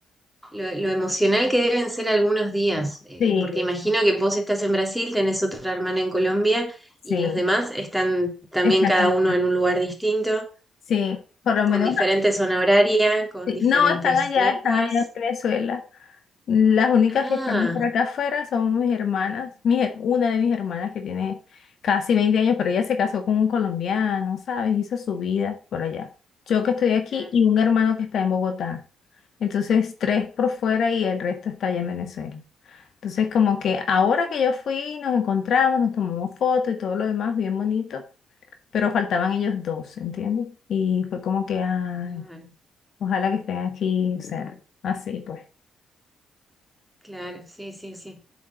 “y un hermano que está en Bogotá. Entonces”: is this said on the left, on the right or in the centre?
Left